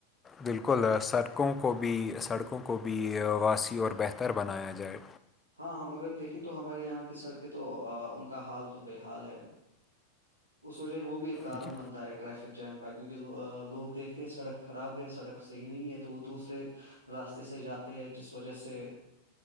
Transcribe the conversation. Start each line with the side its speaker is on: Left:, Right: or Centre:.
Left: بالکل سڑکوں کو بھی سڑکوں کو بھی واسیع اور بہتر بنایا جائے
Right: ہاں ہم اگر دیکھیں تو ہمارے یہاں کی سڑکیں تو ان کا حال تو بےحال ہے اس وجہ سے وہ بھی ایک کارن
Left: جی
Right: بنتا ہے ٹریفک جم کا کیونکہ لوگ دیکھتے ہیں سڑک خراب ہے سڑک صحیح نہیں ہے تو وہ دوسرے راستے سے جاتے ہیں جس وجہ سے